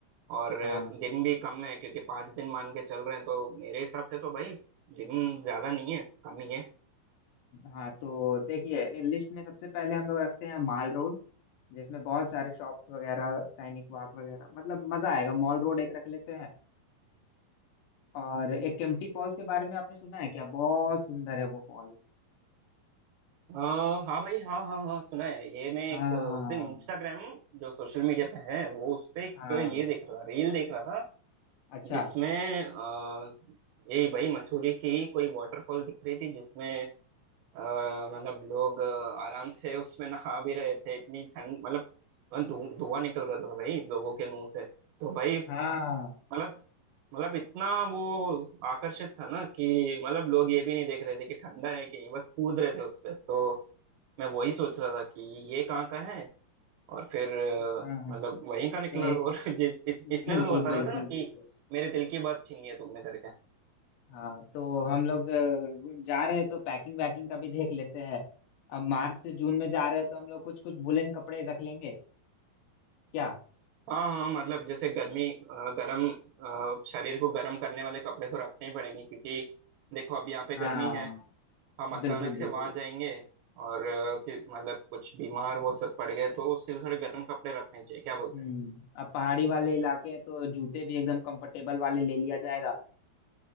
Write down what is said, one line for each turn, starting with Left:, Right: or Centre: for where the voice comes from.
Right: और
Left: हाँ
Right: दिन भी कम है क्योंकि पांच दिन मान के चल रहे हैं तो मेरे हिसाब से तो भाई दिन ज्यादा नहीं है कम ही है
Left: हाँ तो देखिए लिस्ट में सबसे पहले हम लोग रखते हैं माल रोड जिसमें बहुत सारे शॉप्स वगैरह सैनिक वाक वगैरह मतलब मजा आएगा मॉल रोड एक रख लेते हैं और एक केम्प्टी फॉल्स के बारे में आपने सुना है क्या बहुत सुंदर है वो फॉल
Right: आ, हाँ भाई हाँ हाँ हाँ सुना है ये मैं
Left: हाँ
Right: एक उस दिन इंस्टाग्राम जो सोशल मीडिया पे है वो उस पे एक
Left: हाँ
Right: ये देख रहा था रील देख रहा था
Left: अच्छा
Right: जिसमें आ, यही भाई मसूरी की कोई वाटरफॉल दिख रही थी जिसमें अ, मतलब लोग अ, आराम से उसमें नहा भी रहे थे इतनी ठंड मतलब धु- धुआं निकल रहा था भाई लोगों के मुंह से तो भाई
Left: हाँ
Right: मतलब मतलब इतना वो आकर्षित था ना कि मतलब लोग ये भी नहीं देख रहे थे कि ठंडा है कि नहीं बस कूद रहे थे उस पे तो मैं वही सोच रहा था कि ये कहाँ का है और फिर अ,
Left: हाँ हाँ
Right: मतलब वहीं का निकला
Left: तो एक
Right: और <laughs> जिस इस,
Left: <laughs>
Right: इसलिए
Left: बिल्कुल
Right: तो मैं बता
Left: बिल्कुल
Right: रहा था ना
Left: बिल्कुल
Right: कि मेरे दिल की बात छीनी है तुमने करके
Left: हाँ तो हम लोग अ, जा रहे हैं तो पैकिंग वैकिंग का भी देख लेते हैं अब मार्च से जून में जा रहे हैं तो हम लोग कुछ कुछ वुलन कपड़े रख लेंगे क्या
Right: हाँ हाँ मतलब जैसे गर्मी अ, गरम अ, शरीर को गर्म करने वाले कपड़े तो रखने ही पड़ेंगे क्योंकि देखो अब यहाँ पे
Left: हाँ
Right: गर्मी है हम अचानक
Left: बिल्कुल
Right: से
Left: बिल्कुल
Right: वहां जाएंगे और अ, कि, मतलब कुछ बीमार वो सब पड़ गए तो उसके लिए थोड़े गर्म कपड़े रखने चाहिए क्या बोलते
Left: हम्म
Right: हैं
Left: अब पहाड़ी वाले इलाके हैं तो जूते भी एकदम कंफर्टेबल वाले ले लिया जाएगा